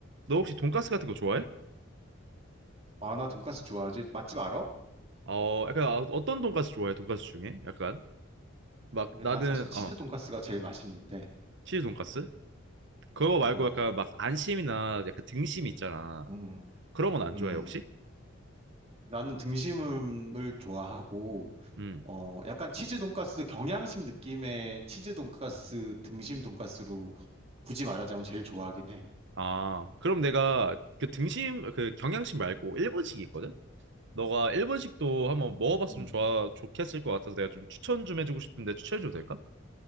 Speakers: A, on the right (about 60°); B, on the right (about 30°).
A: 너 혹시 돈가스 같은 거 좋아해?
B: 아, 나 돈까스 좋아하지. 맛집 알아?
A: 어, 약간 어- 어떤 돈가스 좋아해? 돈가스 중에? 약간 막
B: 근데
A: 나는
B: 난 사실 치즈
A: 어,
B: 돈까스가 제일 맛있는데,
A: 치즈 돈가스? 그거 말고
B: 어,
A: 약간 막 안심이나 약간 등심 있잖아.
B: 음,
A: 그런 건 안
B: 음.
A: 좋아해, 혹시?
B: 나는 등심을 좋아하고,
A: 음.
B: 어, 약간 치즈 돈까스 경양식 느낌의 치즈 돈까스 등심 돈까스로 굳이 말하자면 제일 좋아하긴 해.
A: 아, 그럼 내가 그 등심 그 경양식 말고 일본식이 있거든? 너가 일본식도 한번 먹어봤으면
B: 음.
A: 좋아 좋겠을 것 같아서 내가 좀 추천 좀 해주고 싶은데 추천해줘도 될까?